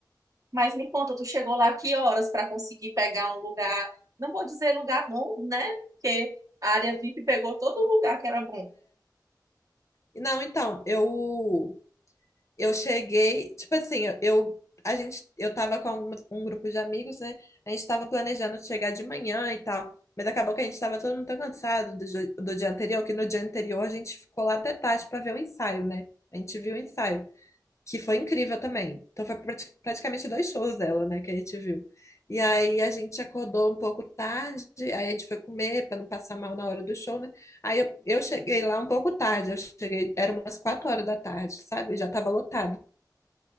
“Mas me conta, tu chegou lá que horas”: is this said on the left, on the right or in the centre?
Right